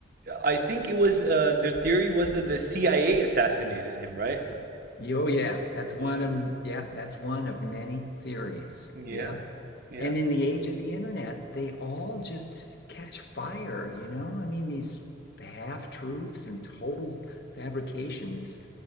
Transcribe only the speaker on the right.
I think it was uh, their theory was that the CIA assassinated him, right?
Yeah,
yeah,
yeah,